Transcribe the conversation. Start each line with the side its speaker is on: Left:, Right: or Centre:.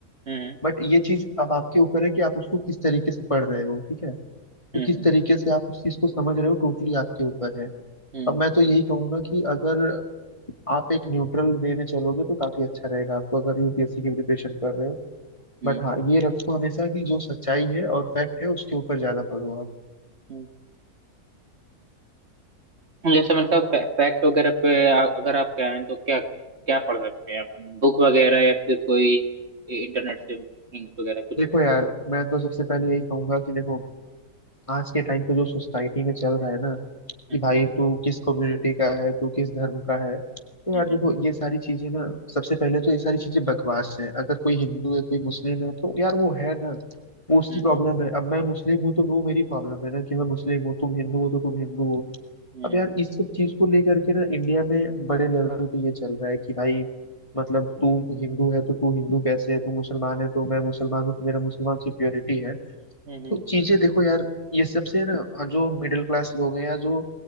Right: हम्म
Left: बट ये चीज अब आपके ऊपर है कि आप उसको किस तरीके से पढ़ रहे हो ठीक है तो
Right: हम्म
Left: किस तरीके से आप उस चीज को समझ रहे हो टोटली आपके ऊपर है
Right: हम्म
Left: अब मैं तो यही कहूंगा कि अगर आप एक न्यूट्रल वे में चलोगे तो काफी अच्छा रहेगा आपको अगर यूपीएससी की प्रिपरेशन कर रहे हो
Right: हम्म
Left: बट हाँ ये रखो हमेशा कि जो सच्चाई है और फैक्ट है उसके ऊपर ज्यादा पढ़ो आप
Right: हम्म। हम्म। जैसे मतलब फैक्ट वगैरह पे आ- अगर आप कहें तो क्या क्या पढ़ सकते हैं अपन बुक वगैरह या फिर कोई इंटरनेट से लिंक्स वगैरह कुछ
Left: देखो यार मैं तो सबसे पहले यही कहूंगा कि देखो आज के टाइम पे जो सोसाइटी में चल रहा है ना
Right: हम्म
Left: कि भाई तू किस कम्युनिटी का है तू किस धर्म का है तो
Right: हम्म
Left: यार देखो ये सारी चीजें ना सबसे पहले तो ये सारी चीजें बकवास है अगर कोई हिंदू है कोई मुस्लिम है तो यार वो है ना वो उसकी
Right: हम्म
Left: प्रॉब्लम
Right: हम्म
Left: है अब मैं मुस्लिम हूँ तो वो मेरी प्रॉब्लम है ना कि मैं मुस्लिम हूँ तुम हिंदू हो तो तुम हिंदू हो
Right: हम्म
Left: अब यार इस सब चीज को लेकर के ना इंडिया में बड़े लेवल पे ये चल रहा है कि भाई मतलब तू हिंदू है तो तू हिंदू कैसे है तू मुसलमान है तो मैं मुसलमान हूँ तो मेरा मुसलमान सिक्योरिटी है
Right: हम्म, हम्म,
Left: तो चीजें देखो यार ये सबसे ना हाँ, जो मिडिल क्लास लोग हैं या जो